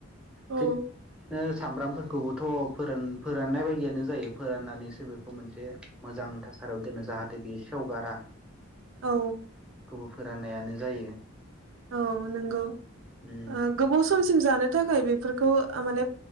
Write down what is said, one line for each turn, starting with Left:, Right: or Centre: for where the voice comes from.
Right: औ
Centre: थैद नोस। सामब्राम। फोरखौबोथ' फोरान फोराननाय बायदियानो जायो फोराननानैसो बेखौ मोनसे मोजां थासारियाव दोनो जाहाथे बेयो सेवगारा।
Right: औ
Centre: खौबो फोराननायानो जायो।
Right: औ नंगौ ओ
Centre: उम
Right: गोबाव समसिम जानो। थाखाय बेफोरखौ ओ माने